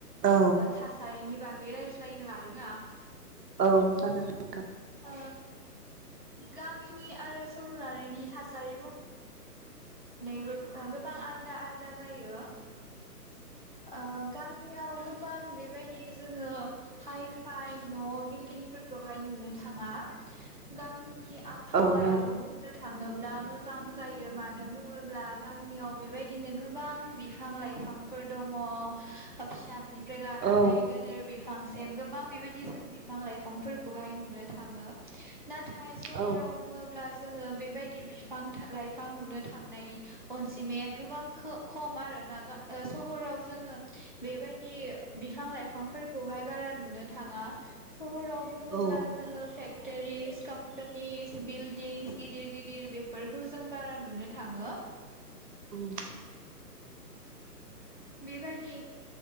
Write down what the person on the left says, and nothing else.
थासारिनि बागै रायज्लायनो लादों आं
ओ गामिनि आरो सहरारिनि थासारि बु नैबो गोबां आलदा आलदा जायो। आ गामियाव ग <inaudible> बां बेबायदि जोंङो हाइ फाइ न' बिल्डिंफोरखौहाय नुनो थांङा, गामिनि आबफावायाबो
बुंनो थांङोब्ला मोजां जायो मानो फोरब्ला गामियाव बेबायदिनो गोबां बिफां लाइफां फोर दंङ फिसनिफ्राय लानानै
गोदोर बिफांसिम गोबां बेबायदि जों बिफां लाइफांफोरखौहाय नुनो थांङो। नाथाय सहराव
बुंङोब्ला जोङो बेबायदि बिफां लाइफां लुनो थांनाय अनजिमाया गोबां खो खम आरोना सहराव जोंङो बेबायदि बिफां लाइफांफोरखौहाय बारा नुनो थांङा। सहराव बुंङोब्ला
जोंङो फेख टेरिस कम्पानिस बिल्डिंस गिदिर गिदिर बेफोरखौ जों बारा नुनो थांङो।
बेबायदि